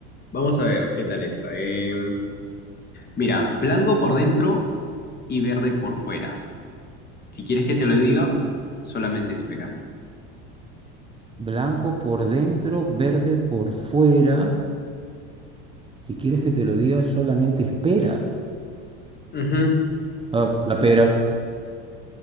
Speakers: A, on the left; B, on the right.
A: vamos a ver qué tal esta. Eh, mira, blanco por dentro y verde por fuera. Si quieres que te lo diga, solamente espera.
B: Blanco por dentro, verde por fuera. Si quieres que te lo diga, solamente espera.
A: Ujú.
B: Ah, la pera.